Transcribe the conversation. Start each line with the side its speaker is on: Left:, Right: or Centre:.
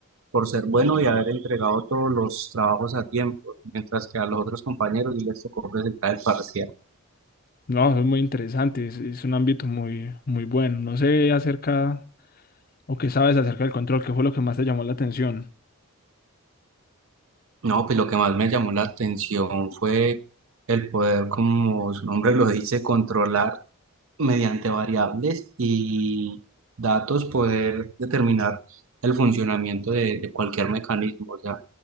Right: por ser bueno y haber entregado todos los trabajos a tiempo, mientras que a los otros compañeros sí les tocó presentar el parcial.
Left: No, eso es muy interesante, es, es un ámbito muy, muy bueno. No sé acerca, o qué sabes acerca del control, qué fue lo que más te llamó la atención.
Right: No, pues lo que más me llamó la atención fue el poder, como su nombre lo dice, controlar mediante variables y datos, poder determinar el funcionamiento de, de cualquier mecanismo, o sea,